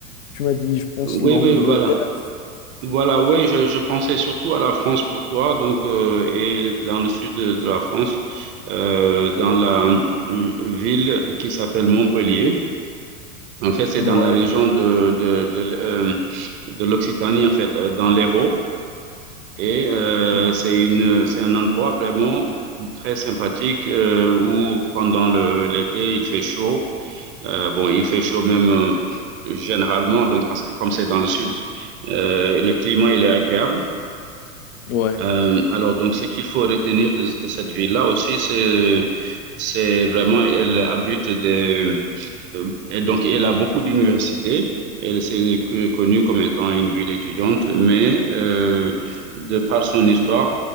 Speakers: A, on the left; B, on the right.
A: tu m'as dit, je pense,
B: oui,
A: l'Angleterre.
B: oui, voilà. Voilà, oui, je, je pensais surtout à la France pour toi, donc euh, et dans le sud de, de la France, euh, dans la euh, ville qui s'appelle Montpellier. En fait, c'est
A: Ouais,
B: dans la région de de de, l- euh, de l'Occitanie, en fait, euh, dans l'Hérault, et euh,
A: je- ouais,
B: c'est une c'est un endroit vraiment très sympathique euh, où pendant le l'été il fait chaud. Euh, bon, il fait chaud même euh, généralement, donc parce que comme c'est dans le sud, euh, le climat il est agréable.
A: ouais,
B: Euh, alors, donc, ce qu'il faut retenir de, de cette ville-là aussi, c'est, c'est vraiment, elle abrite des, euh, et donc, elle a beaucoup d'universités. Elle s'est co- connue comme étant une ville étudiante, mais euh, de par son histoire,